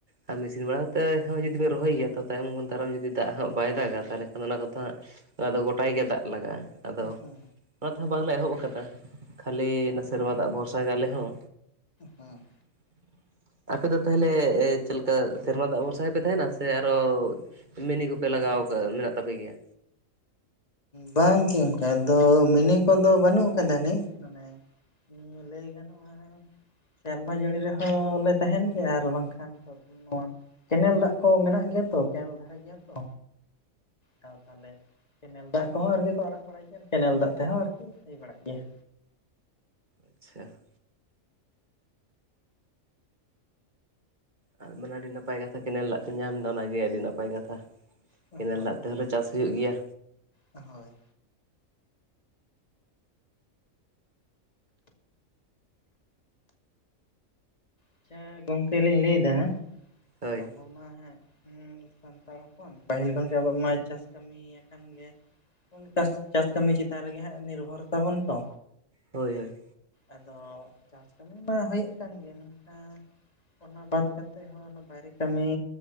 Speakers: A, on the right; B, on the left.
A: ᱟᱨ ᱢᱮᱥᱤᱱ ᱵᱟᱲᱟ ᱠᱟᱛᱮ ᱦᱚᱸ ᱡᱩᱫᱤ ᱵᱤᱱ ᱨᱚᱦᱚᱭ ᱜᱮᱭᱟ ᱛᱚ ᱛᱟᱭᱚᱢ ᱫᱟᱨᱟᱢ ᱡᱩᱫᱤ ᱫᱟᱜ ᱦᱟᱸᱜ ᱵᱟᱭ ᱫᱟᱜᱟ ᱛᱟᱦᱚᱞᱮ ᱠᱷᱟᱱ ᱚᱱᱟ ᱠᱚᱫᱚ ᱦᱟᱸᱜ ᱟᱫᱚ ᱜᱚᱴᱟ ᱜᱮ ᱫᱟᱜ ᱞᱟᱜᱟᱜᱼᱟ ᱟᱫᱚ
B: ᱟᱪᱪᱷᱟ ᱦᱮᱸ
A: ᱚᱱᱟ ᱫᱚᱼᱼ ᱵᱟᱝᱞᱮ ᱮᱦᱚᱵ ᱟᱠᱟᱫᱟ ᱠᱷᱟᱹᱞᱤ ᱱᱚᱣᱟ ᱥᱮᱨᱢᱟ ᱫᱟᱜ ᱵᱷᱚᱨᱥᱟ ᱜᱮ ᱟᱞᱮ ᱦᱚᱸ
B: ᱦᱮᱸ
A: <inaudible> ᱟᱯᱮ ᱫᱚ ᱛᱟᱦᱚᱞᱮ ᱪᱮᱫ ᱞᱮᱠᱟ ᱥᱮᱨᱢᱟ ᱫᱟᱜ ᱵᱷᱚᱨᱥᱟ ᱜᱮᱯᱮ ᱛᱟᱦᱸᱮᱱᱟ ᱥᱮ ᱟᱨᱚ? ᱢᱤᱱᱤ ᱠᱚᱯᱮ ᱞᱟᱜᱟᱣ ᱠᱟᱜᱼᱟ ᱢᱮᱱᱟᱜ ᱛᱟᱯᱮ ᱜᱮᱭᱟ?
B: ᱵᱟᱝᱜᱮ ᱚᱱᱠᱟ ᱟᱫᱚ ᱢᱤᱱᱤ ᱠᱚᱫᱚ ᱵᱟᱹᱱᱩᱜ ᱠᱟᱫᱟᱱᱤᱡ ᱢᱟᱱᱮ᱾ ᱞᱟᱹᱭ ᱜᱟᱱᱚᱜᱼᱟ ᱥᱮᱨᱢᱟ ᱡᱟᱹᱲᱤ ᱨᱮᱦᱚᱸ ᱞᱮ ᱛᱟᱦᱮᱱ ᱜᱮᱭᱟ ᱟᱨ ᱵᱟᱝᱠᱷᱟᱱ ᱫᱚ ᱱᱚᱣᱟ ᱠᱮᱱᱮᱞ ᱫᱟᱜ ᱠᱚ ᱢᱮᱱᱟᱜ ᱜᱮᱭᱟ ᱛᱚ ᱠᱮᱱᱮᱞ ᱫᱷᱟᱨᱮ ᱜᱮᱭᱟ ᱛᱚ ᱥᱟᱶᱛᱟᱞᱮ ᱠᱮᱱᱮᱞ ᱫᱟᱜ ᱠᱚᱦᱚᱸ ᱟᱨᱠᱤ ᱠᱚ ᱟᱲᱟᱜ ᱵᱟᱲᱟᱭ ᱜᱮᱭᱟ ᱠᱮᱱᱮᱞ ᱫᱟᱜ ᱛᱮᱦᱚᱸ ᱟᱨᱠᱤ ᱦᱩᱭ ᱵᱟᱲᱟᱜ ᱜᱮᱭᱟ।
A: ᱟᱪᱪᱷᱟ᱾ ᱟᱨ ᱢᱟᱱᱮ ᱟᱹᱰᱤ ᱱᱟᱯᱟᱭ ᱠᱟᱛᱷᱟ ᱠᱮᱱᱮᱞ ᱫᱟᱜ ᱯᱮ ᱧᱟᱢ ᱮᱫᱟ ᱚᱱᱟᱜᱮ ᱟᱹᱰᱤ ᱱᱟᱯᱟᱭ ᱠᱟᱛᱷᱟ
B: ᱦᱳᱭ
A: ᱠᱮᱱᱮᱞ ᱫᱟᱜ ᱛᱮᱦᱚᱸᱞᱮ ᱪᱟᱥ ᱦᱩᱭᱩᱜ ᱜᱮᱭᱟ
B: ᱦᱳᱭ ᱟᱪᱪᱷᱟ ᱜᱚᱝᱠᱮ ᱞᱤᱧ ᱞᱟᱹᱭ ᱮᱫᱟ
A: ᱦᱳᱭ
B: ᱟᱵᱚᱼᱼ ᱢᱟ ᱦᱮᱸ ᱥᱟᱱᱛᱟᱲ ᱦᱚᱯᱚᱱ ᱯᱟᱹᱦᱤᱞ ᱠᱷᱚᱱᱜᱮ ᱟᱵᱚᱣᱟᱜ ᱢᱟ ᱪᱟᱥ ᱠᱟᱹᱢᱤᱭᱟᱠᱟᱱᱼᱼ ᱚᱱᱠᱟ ᱪᱟᱥ ᱠᱟᱹᱢᱤ ᱪᱮᱛᱟᱱ ᱨᱮᱜᱮ ᱦᱟᱸᱜ ᱱᱤᱨᱵᱷᱚᱨ ᱛᱟᱵᱚᱱ ᱛᱚ᱾
A: ᱦᱳᱭ ᱦᱳᱭ᱾
B: ᱟᱫᱚ ᱪᱟᱥ ᱠᱟᱹᱢᱤ ᱢᱟ ᱦᱩᱭᱩᱜ ᱠᱟᱱ ᱜᱮᱭᱟ ᱢᱮᱱᱠᱷᱟᱱ ᱚᱱᱟ ᱵᱟᱫᱽ ᱠᱟᱛᱮ ᱦᱚᱸ ᱵᱟᱭᱨᱮ ᱠᱟᱹᱢᱤ